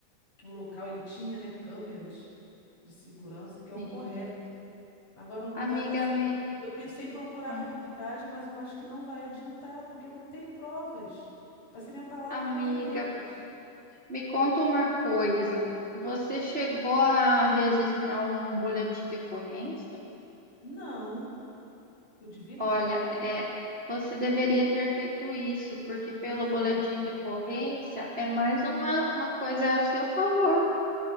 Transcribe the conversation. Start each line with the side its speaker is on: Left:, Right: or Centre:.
Left: o local ele tinha, né, câmeras de segurança, que é o
Right: sim.
Left: correto. Agora, um lugar
Right: Amiga,
Left: assim.
Right: me,
Left: Eu pensei em procurar
Right: ah,
Left: reportagem, mas eu acho que não vai adiantar, porque eu não tenho provas. Vai ser minha palavra
Right: amiga,
Left: contra a deles.
Right: me conta uma coisa. Você chegou a registrar um boletim de ocorrência?
Left: Não, eu devia ter
Right: Olha,
Left: feito isso.
Right: é, você deveria ter feito isso, porque pelo
Left: Ai,
Right: boletim
Left: meu Deus.
Right: de ocorrência é mais uma, uma coisa ao seu favor.